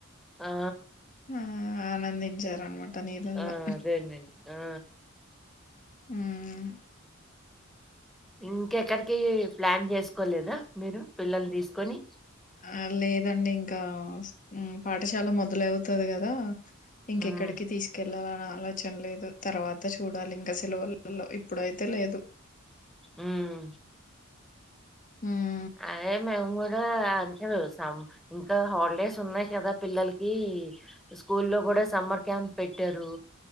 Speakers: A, in the centre; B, on the left (about 40°).
A: ఆ
B: ఆ ఆనందించారనమాట నీళ్ళల్లో
A: ఆ అదేనండి ఆ
B: ఉమ్మ్
A: ఇంకెక్కడికి ప్లాన్ చేసుకోలేదా మీరు పిల్లని తీసుకొని
B: ఆ లేదండి ఇంకా ఉం పాఠశాల మొదలవుతది కదా ఇంకెక్కడికి
A: హ్మ్
B: తీసుకెళ్ళాల ఆలోచన లేదు తర్వాత చూడాలింక సెలవులలో ఇప్పుడైతే లేదు
A: ఉమ్మ్
B: ఉమ్మ్
A: అయ్యో మేము కూడా అంతే చూశాం ఇంకా హాలిడేస్ ఉన్నాయి కదా పిల్లలకి స్కూల్లో కూడా సమ్మర్ క్యాంప్ పెట్టారు